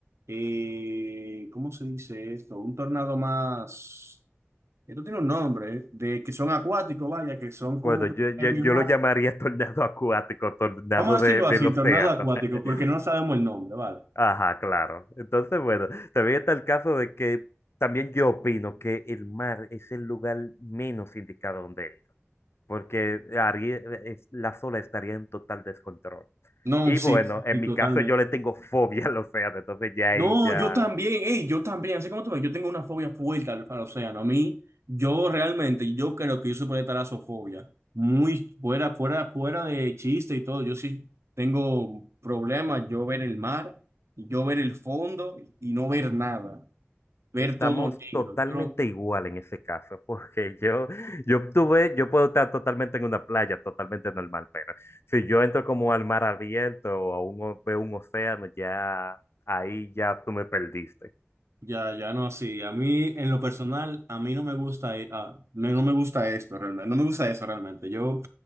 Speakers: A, on the right; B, on the left.
A: eh, ¿cómo se dice esto? Un tornado más... Esto tiene un nombre, ¿eh? de que son acuáticos, vaya, que son como
B: Bueno,
A: que
B: yo, yo,
A: en el
B: yo
A: mar.
B: lo llamaría <laughs> tornado acuático, tornado
A: Vamos a
B: de,
A: decirlo
B: del
A: así,
B: océano.
A: tornado acuático,
B: <laughs>
A: porque no sabemos el nombre, ¿vale?
B: Ajá, claro. Entonces, bueno, también está el caso de que también yo opino que el mar es el lugar menos indicado donde ir, porque haría- es- las olas estarían en total descontrol.
A: No,
B: Y
A: sí,
B: bueno, en
A: sí,
B: mi
A: totalmente.
B: caso yo le tengo fobia al océano, entonces ya ahí
A: No,
B: ya
A: yo también, ey, yo también, así como tú ves, yo tengo una fobia fuerte al, al océano. A mí, yo realmente, yo creo que yo soy de talasofobia. Muy fuera, fuera, fuera de chiste y todo. Yo sí tengo problemas, yo ver el mar, yo ver el fondo y no ver nada, ver
B: estamos
A: todo
B: totalmente
A: negro. Yo, no
B: igual en ese caso, <laughs> porque yo, yo obtuve, yo puedo estar totalmente en una playa, totalmente normal, pero si yo entro como al mar abierto o a un, o- veo un océano, ya ahí ya tú me perdiste.
A: Ya, ya no, sí. A mí, en lo personal, a mí no me gusta, i- ah, no, no me gusta esto realmente. No me gusta eso realmente. Yo